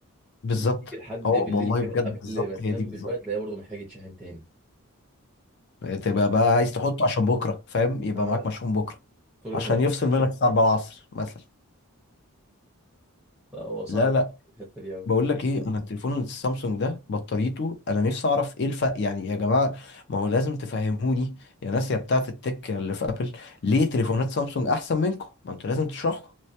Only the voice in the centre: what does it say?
تيجي لحد
بالليل
كده
قبل
ما تنام
بشوية تلاقيه برضه محتاج يتشحن تاني
اه
طول
الوقت
لا، هو صعب
الحتة دي أوي